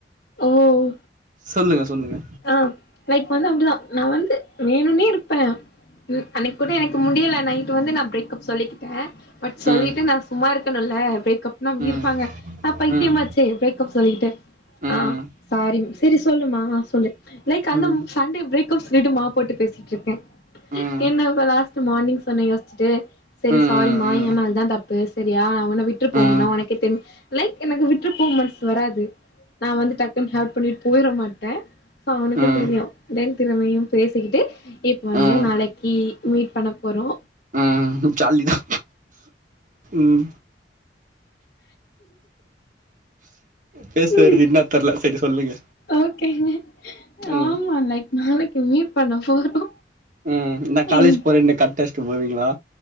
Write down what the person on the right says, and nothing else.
சொல்லுங்க சொல்லுங்க
ம்
ம்
ம்
ம்
ம்
ம் ம்
ம் ம்
ம்
ம்
ம்
ம்
ம் ஜாலித ம் பேசற்து
இன்னாத் தெர்ல செரி சொல்லுங்க
ம்
ம் நா காலேஜ்
போறன்னு கட்டச்டு போவீங்ளா